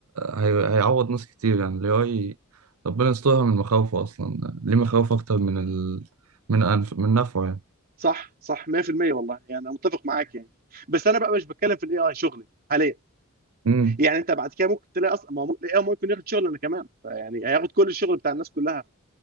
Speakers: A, on the right; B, on the right.
A: هي- هيعوض ناس كتير يعني ال AI ربنا يسترها من مخاوفه اصلا ليه مخاوف اكتر من ال من أنف من نفعه يعني
B: صح صح 100% والله يعني انا متفق معاك يعني بس انا بقى مش بتكلم في الاي اي شغلي حاليا
A: امم
B: يعني انت بعد كده ممكن تلاقي اصلا ما هو الاي اي ممكن ياخد شغلنا كمان يعني هياخد كل الشغل بتاع الناس كلها